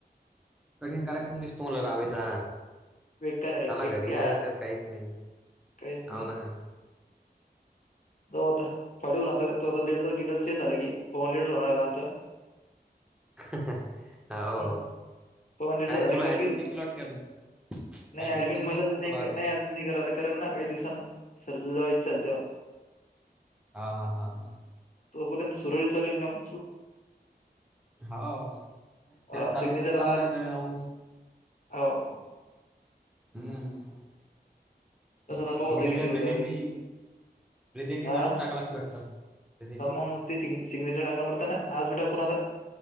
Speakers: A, in the centre; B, on the left.
A: कठीण कार्यक्रम दिसतो मला रावेचा.
B: बेकार आहे डायरेक्ट,
A: चला
B: बेकार
A: घरी नाही जातात काहीच नाही, हो
B: काहीच नाही.
A: ना
B: जाऊ आता फाडीन आता <unintelligible> चेंज झाला की <unintelligible> आमचा.
A: <inaudible> हो,
B: हं. पवन लीडर
A: काय
B: झाला
A: तुला
B: की डायरेक्ट
A: ऍडमिन
B: घरी.
A: नाही केलं वाटतं की अजून?
B: नाही
A: ऍडमिट
B: ऍडमिन
A: केलं
B: <unintelligible>
A: वाटते तुला
B: नाही का नाही अजून नाही <unintelligible> करलं ना काही दिवसानं सर जेव्हा विचारल तेव्हा
A: हा हा हा हा.
B: तोपर्यंत सुरळीच काम <unintelligible>
A: हा हो जास्त
B: अ
A: चालू
B: सिग्नेचर
A: तर चाललंय ते.
B: हाव.
A: हम्म.
B: तसं आता पाहू
A: सिग्नेचर,
B: आता किती
A: प्रेझेंटी.
B: उरलं किती नाही.
A: प्रेझेंटि दररोज
B: आ?
A: टाकाया लागते वाटतं? प्रेझेंटि.
B: हा मग ते सिग सिग्नेचर <unintelligible> आज बी टाकून आला,